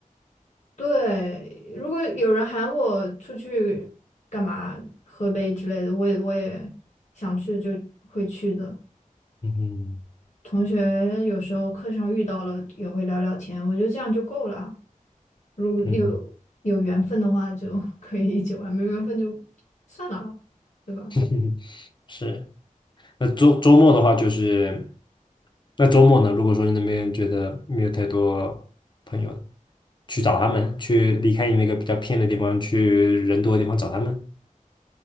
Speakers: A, on the left; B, on the left.
A: 对，如果有人喊我出去干嘛喝杯之类的，我也我也想去就会去的。
B: 嗯
A: 同学有时候课上遇到了也会聊聊天，我觉得这样就够了啊。如果有有缘分的话就
B: 嗯
A: <laughs> 可以一起玩，没缘分就算了，对吧？
B: 嗯，<laughs> 是。那周周末的话，就是那周末呢，如果说你那边觉得没有太多朋友，去找他们，去离开你那个比较偏的地方，去人多的地方找他们。